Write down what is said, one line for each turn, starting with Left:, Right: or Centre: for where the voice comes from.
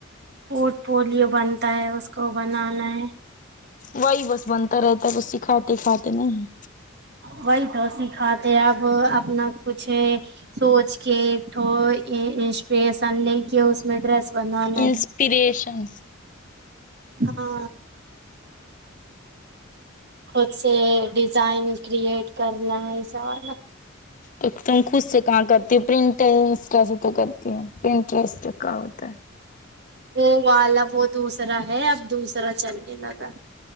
Right: پورٹ پلیو بنتا ہے اس کو بنانا ہے
Left: وہی بس بنتا رہتا ہے کچ س کھاتے کھاتے نہیں ہیں
Right: وہی تو سکھاتے اب اپنا کچھ سوچ کے تو انسپریشن لے کے اس میں ڈریس بنانا
Left: انسپریشن
Right: ہے ہاں خود سے ڈیزائن کریئٹ کرنا ہے سوا
Left: ایک دم خود سے کہاں کرتی ہوں پرنٹر انسٹا سے تو کرتی ہوں پرنٹر کاا ہوتا ہے
Right: وہ والا وہ دوسرا ہے اب دوسرا چلنے لگا